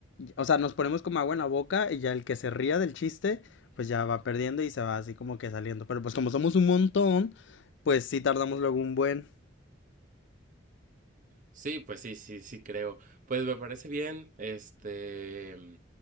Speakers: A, on the left; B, on the right.
A: o sea, nos ponemos como agua en la boca y ya el que se ría del chiste, pues ya va perdiendo y se va así como que saliendo. Pero pues como somos un montón pues sí tardamos luego un buen.
B: Sí, pues sí, sí, sí creo. Pues me parece bien, este,